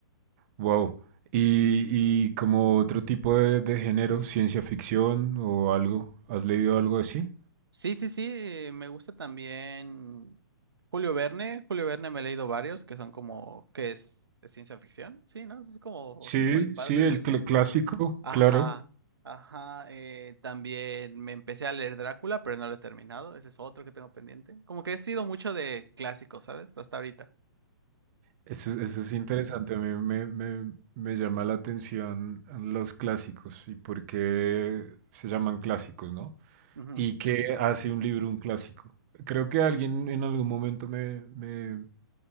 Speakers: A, on the right; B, on the right.
A: wow. ¿Y, y como otro tipo de, de género, ciencia ficción o algo? ¿Has leído algo así?
B: Sí, sí, sí. eh, Me gusta también Julio Verne. Julio Verne me he leído varios que son como, ¿qué es? ¿Es ciencia ficción? Sí, ¿no? Es como,
A: Sí,
B: como el padre
A: sí,
B: de
A: el
B: eso.
A: cl- clásico,
B: Ajá,
A: claro.
B: ajá. eh, también me empecé a leer Drácula, pero no lo he terminado. Ese es otro que tengo pendiente. Como que he sido mucho de clásicos, ¿sabes? Hasta ahorita.
A: Eso, es eso es interesante, a mí me, me- me llama la atención los clásicos y por qué se llaman clásicos, ¿no?
B: Ujú, ujú,
A: ¿Y qué hace un libro un clásico? Creo que alguien en algún momento me, me-